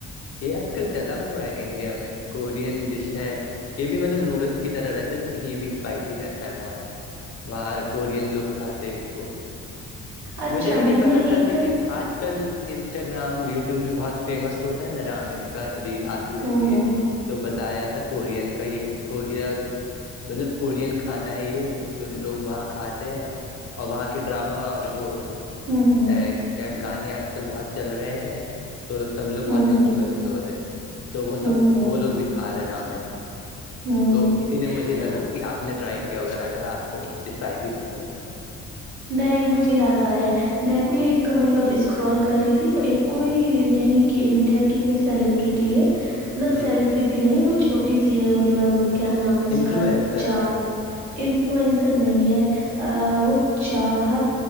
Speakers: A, on the left; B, on the right.
A: یہ آج کل چلا ہوا ہے انڈیا میں کورین ڈش ہے یہ بھی مطلب نوڈلس کی طرح رہتا ہے لیکن یہ بھی اسپائسی رہتا ہے بہت وہاں کورین لوگ کھاتے اس کو
B: اچھا
A: مجھے بھی
B: میں
A: نہیں
B: نے
A: پتا تھا
B: ایک
A: لیکن آج کل انسٹاگرام یوٹیوب میں بہت فیمس ہوتا ہے نا رامین کا ریل آتا
B: ہوں
A: رہتی
B: ہوں
A: ہے تو بتایا جاتا ہے کورین کا یہ کوریا مطلب کورین کھانا ہے یہ ج کو لوگ وہاں کھاتے ہیں اور وہاں کی ڈراما ا کو
B: ہوں ہوں
A: ا کیا گانے آج کل بہت چل رہے ہیں تو سب لوگ
B: ہوں
A: بہت
B: ہوں
A: انفلوئنس ہو رہے تو وہ
B: ہوں
A: سب
B: ہوں
A: وہ لوگ بھی کھا رہے رامین
B: ہوں
A: تو اسی لیے مجھے
B: تو
A: لگا کہ آپ نے ٹرائی کیا ا اگر آپ کو اسپائسی پسند ہے تو
B: نہیں مجھے یاد آیا میں بھی ایک مطلب اسکرال کر رہی تھی تو ایک کوئی یہیں کی انڈیا کی کوئی سیلیبریٹی ہے
A: ہ
B: سیلیبرٹی نہیں وہ چھوٹی سی ہے مطلب کیا نام ہے اس
A: انفلوئنسر
B: کا چاہ انفلوئنسر نہیں ہے وہ چاہت